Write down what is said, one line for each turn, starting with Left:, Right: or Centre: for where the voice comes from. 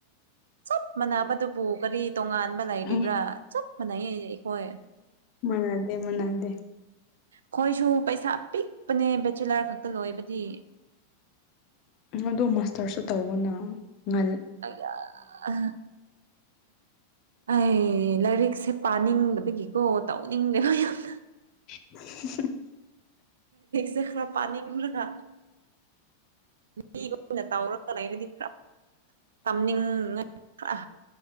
Right: ꯆꯞ ꯃꯥꯟꯅꯕꯗꯨꯕꯨ ꯀꯔꯤ ꯇꯣꯉꯥꯟꯕ ꯂꯩꯔꯤꯕ꯭ꯔꯥ
Left: ꯎꯝ
Right: ꯆꯞ ꯃꯥꯟꯅꯩ ꯑꯩꯈꯣꯏ
Left: ꯃꯅꯥꯗꯦ ꯃꯅꯥꯗꯦ
Right: ꯑꯩꯈꯣꯏꯁꯨ ꯄꯩꯁꯥ ꯄꯤꯛꯄꯅꯦ ꯕꯦꯆꯤꯂꯔ ꯈꯛꯇ ꯂꯣꯏꯕꯗꯤ
Left: ꯑꯗꯣ ꯃꯥꯁꯇꯔꯁꯨ ꯇꯧꯕꯅ ꯉ
Right: ꯑ ꯑ ꯑꯩ ꯂꯥꯏꯔꯤꯛꯁꯦ ꯄꯥꯅꯤꯡꯗꯕꯒꯤꯀꯣ ꯇꯧꯅꯤꯡꯗꯦꯕ ꯌꯥꯝ
Left: ꯎ
Right: ꯁꯈ ꯄꯅꯤꯒꯂꯅ ꯃꯤꯒ ꯑꯣꯏꯅ ꯇꯥꯎꯔ ꯂꯩꯕꯗꯤ ꯈꯔ ꯇꯝꯅꯤꯡꯉ ꯈꯔ